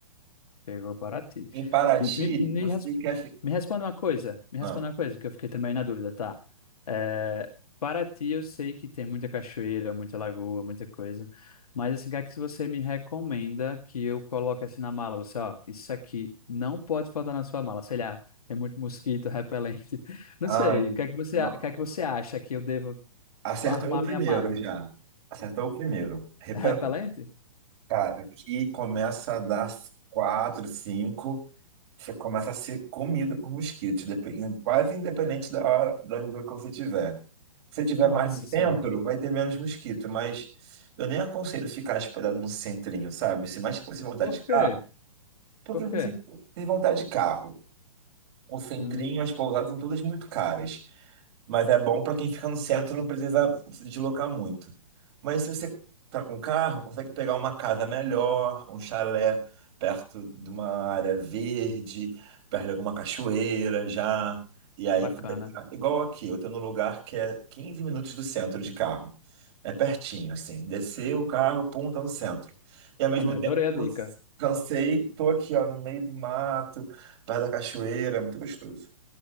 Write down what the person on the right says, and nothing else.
Em Paraty,
você quer ficar.
Ah,
ai,
não.
Acertou
o primeiro
já. Acertou o primeiro. Repelente.
Cara, que começa a dar quatro, cinco. Você começa a ser comida por mosquitos, depen- quase independente da hora, da região que você tiver. Se você tiver
mais no centro,
vai ter menos mosquito, mas eu nem aconselho ficar hospedado no centrinho, sabe? Se mais que você vontade
de carro,
porque
você
tem vontade de carro. O centrinho,
as pousadas são todas muito caras. Mas é bom para quem fica no centro, não precisa se deslocar muito. Mas se você tá com carro, consegue pegar uma casa melhor, um chalé perto de uma área verde, perto de alguma cachoeira já. E aí
tu vai tá igual aqui, eu tô num lugar que é 15 minutos do centro de carro. É pertinho, assim. Descer o carro, pum, tá no centro. E ao mesmo
tempo,
eu
cansei, tô aqui, ó, no meio do mato, perto da cachoeira, é muito gostoso.